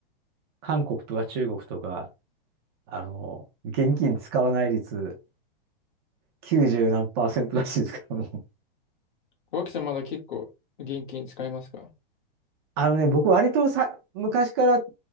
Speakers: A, on the right; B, on the left.
A: 韓国とか中国とか、あの、現金使わない率90何パーセントらしいですから、もう。
B: 脇さんまだ結構現金使いますか
A: あのね、僕割とさ、昔から、